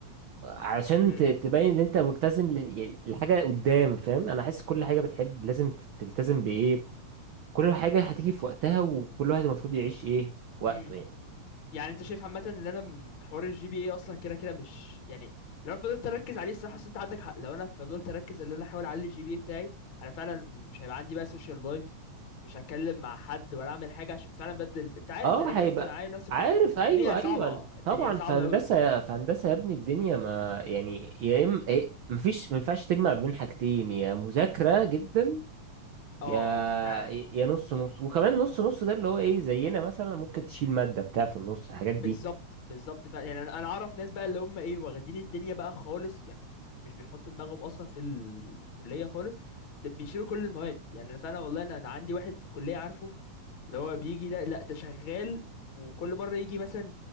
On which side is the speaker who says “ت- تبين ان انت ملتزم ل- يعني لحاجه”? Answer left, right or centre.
Right